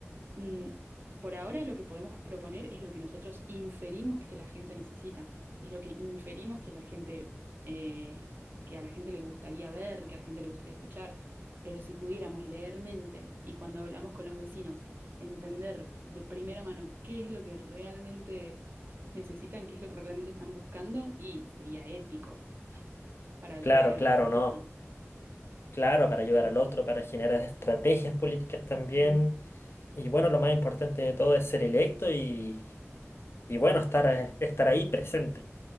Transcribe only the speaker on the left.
Claro,
claro,
no.
Claro, para ayudar
al otro, para generar estrategias políticas también.
Y bueno, lo más importante de todo es ser electo y, y bueno, estar, eh, estar ahí presente.